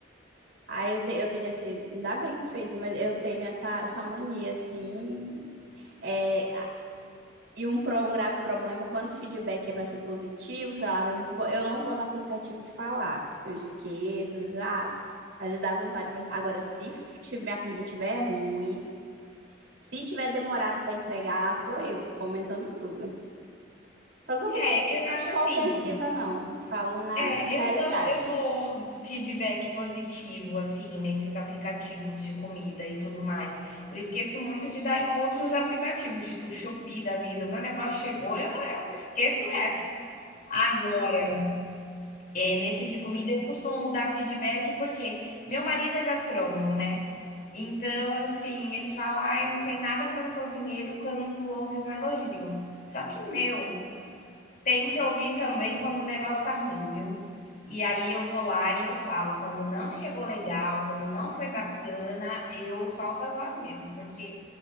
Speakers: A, on the right; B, on the left.
A: Aí eu sei, eu tenho esse, ainda bem que fez, mas eu tenho essa, essa mania, assim, é, e um, pro, um grave problema, quando o feedback é para ser positivo, sei lá, vem muito bom, eu não vou no aplicativo falar, eu esqueço, às vezes, ah, às vezes dá vontade, mas agora, se f- ti- minha comida tiver ruim, se tiver demorado para entregar, lá tô eu, comentando tudo. Só que eu também
B: É, eu acho
A: não sou
B: assim,
A: ofensiva, não, falo na
B: É,
A: realidade.
B: eu dou eu dou feedback positivo, assim, nesses aplicativos de comida e tudo mais. Eu esqueço muito de dar em outros aplicativos, tipo Shopee da vida. meu negócio chegou, eu não eu esqueço o resto. Agora, é, nesses de comida, eu costumo dar feedback porque meu marido é gastrônomo, né. Então, assim, ele fala: "Ai, não tem nada para um cozinheiro quanto ouvir um elogio". Só que, meu, tem que ouvir também quando o negócio tá ruim, viu? E aí eu vou lá e eu falo, quando não chegou legal, quando não foi bacana, eu solto a voz mesmo, porque